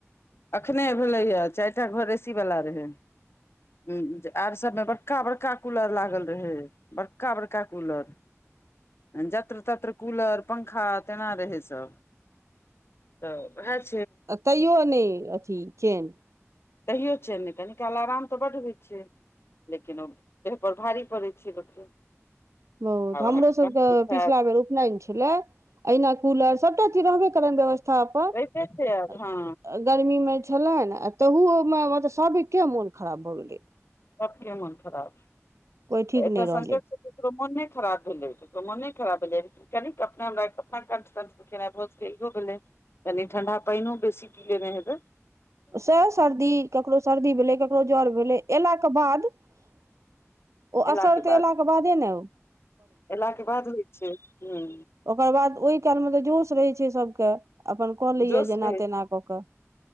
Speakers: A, on the left; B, on the right.
A: अखने भेलै या चारिटा घर एसी वला रहै हूँ आओर सभमे बड़का बड़का कूलर लागल रहै बड़का बड़का कूलर जत्र तत्र कूलर पंखा तेना रहै सब तऽ हेज
B: आ तैयो नहि अथी चेन
A: तहियो चेन नहि कनी काल आराम तऽ बड होइ छै। लेकिन ओ देहपर भारी पड़ैत छै लोकके
B: ओ हमरो
A: अहाँके
B: सबके
A: कनि दुखायत
B: पिछला बेर उपनयन छलै अहिना कूलर सभटा चीज रहबे करनि व्यवस्था अपन
A: रहिते छै आब हँ
B: गरमीमे छेलनि आ तहू ओहिमे मतलब सब एके मे मोन खराब भऽ गेलै
A: सबके मन खराब
B: कोइ ठीक
A: एतऽ
B: नहि रहलै
A: संजोग ककरो मोन नय खराब भेलै ककरो मोन नय खराब भेलै कनि अपना हमरा अपना कंठ तंठ दुखेनाइ बहुत इहो भेलै कनि ठंढ़ा पाइनो बेसी पी लेने हेबैऽ
B: सेहो सर्दी ककरो सर्दी भेलै ककरो जर भेलै अयला के बाद ओ
A: एला
B: असर
A: के बाद
B: तऽ एला के बादे ने ओ
A: एला के बाद होइ छै हु
B: ओकर बाद ओय काल मे तऽ जोश रहै छै सभके अपन कऽ लैये
A: जोश
B: जेना
A: रहै
B: तेना कऽ कऽ